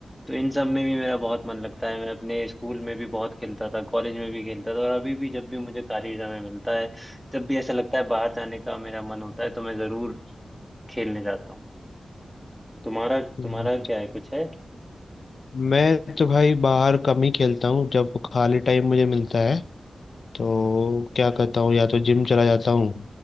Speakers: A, in the centre; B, on the left.
A: तो इन सब में भी मेरा बहुत मन लगता है मैं अपने स्कूल में भी बहुत खेलता था कॉलेज में भी खेलता था और अभी भी जब भी मुझे खाली समय मिलता है जब भी ऐसा लगता है बाहर जाने का मेरा मन होता है तो मैं जरूर खेलने जाता हूँ तुम्हारा
B: हम्म,
A: तुम्हारा
B: अच्छा।
A: क्या है कुछ है
B: मैं तो भाई बाहर कम ही खेलता हूँ जब खाली टाइम मुझे मिलता है तो क्या करता हूँ या तो जिम चला जाता हूँ